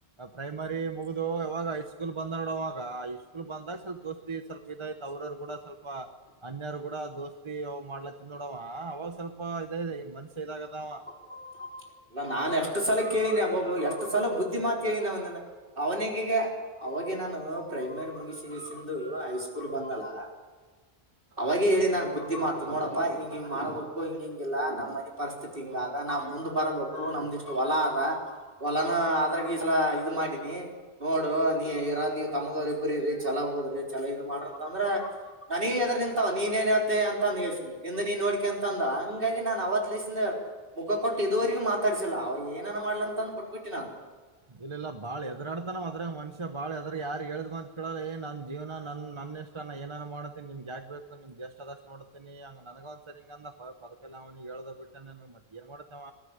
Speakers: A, on the right; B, on the right.
A: ಪ್ರೈಮರಿ ಮುಗ್ದ ಇವಾಗ ಹೈ ಸ್ಕೂಲ್ ಬಂದ ನೋಡ ಅವಾಗ ಸ್ಕೂ. ಸ್ಲ್ಪ ಬಂದಾಗ ಸ್ವಲ್ಪ ದೋಸ್ತಿ ಸ್ವಲ್ಪ ಇದಯ್ತ ಅವ್ರ್ ಅವ್ರು ಕೂಡ ಸ್ವಲ್ಪ. ಅನ್ಯಾರ್ ಕೂಡ ದೋಸ್ತಿ ಅವ್ ಮಾಡ್ಲಾ ತಿಿಂದ ನೋಡವ ಅವ ಸ್ವಲ್ಪ ಇದ ಇದೆ ಮನುಷ್ಯ ಇದಾಗದವ.
B: <unintelligible> ಇಲ್ಲ ನಾನ್ ಎಷ್ಟು ಸಲ ಕೇಳಿನಿ ಅಬ್ಬಬ್ಬ ಎಷ್ಟು ಸಲ ಬುದ್ಧಿ ಮಾಾತ್ ಹೇಳಿನಿ ಅವನ ಅವನಿ ಗಿ ಗೆ. ಅವಾಗೆ ನಾನು ಪ್ರೈಮರಿ ಮುಗಿಸಿ ಸಿಂದು ಹೈ ಸ್ಕೂಲ್ ಬಂದ್ನಲ್ಲ. ಅವಾಗ ಹೇಳಿ ನಾನ್ ಬುದ್ಧಿ ಮಾತ ನೋಡಪ್ಪ ಹಿಂಗಿಂಗ ಮಾಡ್ಬೇಕು ಹಿಂಗ ಹಿಂಗಿಲ್ಲ ನಮ್ಮ್ನಿ ಪರಿಸ್ಥ. ತಿಂಗದ ನಾವ್ ಮುಂದ್ ಬರ್ಬೇಕು ನಮ್ದ ಇಷ್ಟು ಹೊಲ ಅದ. ಹೊಲನ ಅದ್ರಾಗ ಈಸಲ ಇದು ಮಾಡಿನಿ. ನೋಡು ನೀ ಇರ ನೀವ್ ತಮ್ಮದವ್ರ ಇಬ್ರ್ರರಿ ಚಲ ಹೋದ್ರಿ ಚಲೊ ಇದ ಮಾಡ್ರಿ ಅಂತ್ ಅಂದ್ರ. ನನಗೆ ಎದೂರು ನಿಂತಾವ ನೀನೇನ್ ಹೇಳ್ತಿ ಅಂತ ಅಂದ ನಿಂದ ನೀನ್ ನೋಡ್ಕ್ಯಾ ಅಂತ. ತಂದ ಹಂಗಾಗಿ ನಾನ್ ಅವತ್ತ್ಲಿಸಿಂದ ಮುಖ ಕೊಟ್ಟು ಇದುವರೆಗೂ ಮಾ. ತರಿಸಿಲ್ಲ ಅವ ಏನನ ಮಾಡಲಿ ಅಂದ್ ಬಿಟ್ಬಿಟ್ಟಿ ನಾ.
A: ಇಲ್ಲ ಇಲ್ಲ ಬಾಳ ಹೆದರಾಡ್ತಾನ ಅವ ಅದ್ರೆ ಮನುಷ್ಯ ಬಾಳ ಎದ್ರ ಯಾರ ಹೇಳ್ದ್ ಮಾತ್ ಕೇಳಲ್ಲ ಏ ನನ್ ಜೀವನ ನನ್ ನನ್ನೆಷ್. ಎ ಏನ ಮಾಡ್ತನಿಮ್ಗೆ ಆಗ್ಬೇಕು ನಿಮ್ದಗೆ ಎಷ್ಟ ಆದಷ್ಟ ನೋಡ್ತಿನಿ. ನನಗ ಒಂದ್ಸರಿ ಇಂಗಂದ್ ನಪ್ಪ ಪದಕಲ್ಲ ಅವನಿಗೆ ಹೇಳ್ದ ಬಿಟ್ಟ ನ ಏನ್ ಮಾಡ್ತೇವ